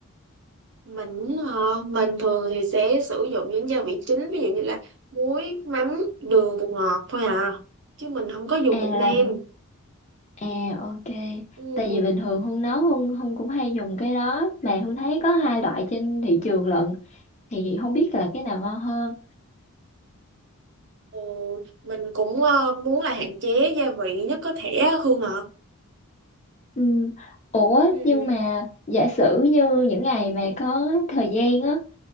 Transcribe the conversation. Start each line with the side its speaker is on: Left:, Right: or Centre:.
Right: mình ờ, mình thường thì sẽ sử dụng những gia vị chính ví dụ như là muối mắm đường bột ngọt thôi à chứ mình không có dùng
Left: À là
Right: bột nêm
Left: à ok.
Right: ừ.
Left: Tại vì bình thường Hương nấu Hương Hương cũng hay dùng cái đó mà Hương thấy có hai loại trên thị trường lận thì không biết là cái nào ngon hơn.
Right: Ừ. mình cũng ờ, muốn là hạn chế gia vị nhất có thể á, Hương ạ
Left: Ừ. Ủa
Right: ừ.
Left: nhưng mà giả sử như những ngày mà có thời gian á